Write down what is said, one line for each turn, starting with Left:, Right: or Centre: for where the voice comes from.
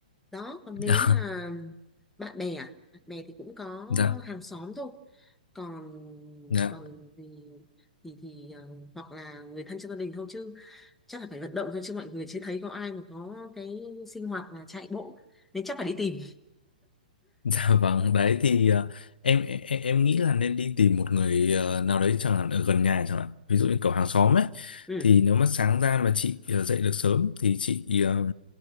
Centre: đó còn
Left: <laughs>
Centre: nếu mà bạn bè à bạn bè thì cũng có
Left: dạ,
Centre: hàng xóm thôi còn
Left: dạ,
Centre: còn thì thì thì ờ, hoặc là người thân trong gia đình thôi chứ chắc là phải vận động thôi chứ mọi người chưa thấy có ai mà có cái sinh hoạt là chạy bộ nên chắc phải đi tìm
Left: dạ vâng, đấy thì ờ, em, em em nghĩ là nên đi tìm một người ờ, nào đấy chẳng hạn ở gần nhà chẳng hạn, ví dụ như kiểu hàng xóm ấy,
Centre: ừ
Left: thì nếu mà sáng ra mà chị ờ, dậy được sớm thì chị ờ,